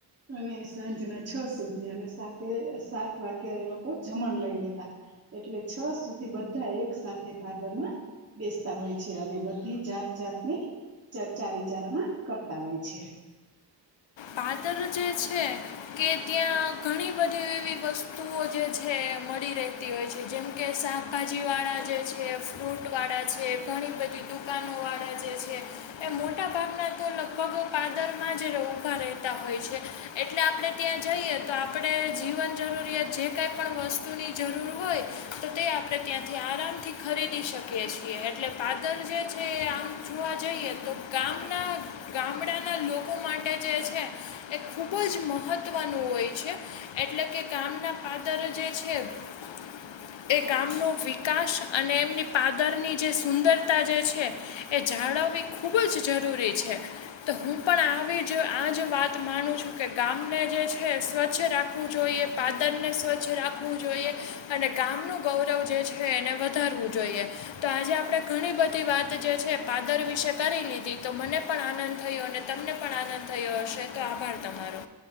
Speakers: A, on the right (about 30°); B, on the left (about 80°).
A: અને સાંજના છ સુધી અને સાતે સાત વાગે એ લોકો જમણ લઈ લેતા એટલે છ સુધી બધા એક સાથે પાદરમાં બેસતા હોય છે અને બધી જાત જાતની ચર્ચા વિચારણા કરતા હોય છે
B: પાદર જે છે કે ત્યાં ઘણી બધી એવી વસ્તુઓ જે છે મળી રહેતી હોય છે જેમ કે શાકભાજી વાળા જે છે ફ્રૂટ વાળા છે ઘણી બધી દુકાનો વાળા જે છે એ મોટા ભાગના તો લગભગ પાદર માંજ ઉભા રહે તા હોય છે એટલે આપડે ત્યાં જઈએ તો આપડે જીવન જરૂરિયાત જે કંઈ પણ વસ્તુની ની જરૂર હોય તો તે આપણે ત્યાંથી આરામથી ખરીદી શકીએ છીએ એટલે પાદર જે છે આમ જોવા જઈએ તો ગામના ગામડાના લોકો માટે જે છે એ ખૂબ જ મહત્ત્વનું હોય છે એટલે કે ગામના પાદર જે છે હ એ ગામનો વિકાસ અને એમની પાદરની જે સુંદરતા જે છે જાળવવી ખુબ જ જરૂરી છે તો હું પણ આવી આજ વાત માનું છું કે ગામને જે છે સ્વચ્છ રાખવું જોઈએ પાદન ને સ્વચ્છ રાખવું જોઈએ અને ગામનું ગૌરવ જે છે એને વધારવું જોઈએ તો આજે આપણે ઘણી બધી વાત જે છે પાદર વિશે કરી લીધી તો મને પણ આનંદ થયો અને તમને પણ આનંદ થયો હશે આભાર તમારો